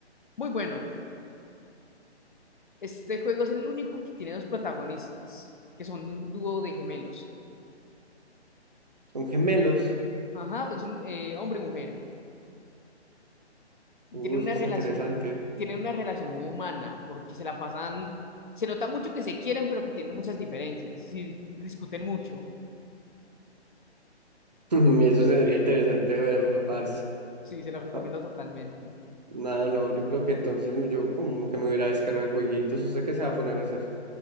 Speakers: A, on the left; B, on the right.
A: muy bueno. Este juego es el único que tiene dos protagonistas, que son un dúo de gemelos.
B: ¿Son gemelos?
A: Ajá, es un eh, hombre y mujer.
B: Uh,
A: tienen
B: eso
A: una
B: está
A: relación,
B: interesante.
A: tienen una relación muy humana, porque se la pasan, se nota mucho que se quieren, pero que tienen muchas diferencias, sí, discuten mucho,
B: <laughs> Eso sería interesante verlo, parce.
A: sí, se los recomiendo
B: Ah,
A: totalmente.
B: nada, no, yo creo que entonces yo como que me voy a ir a descargar jueguitos. ¿Usted qué se va a poner a hacer?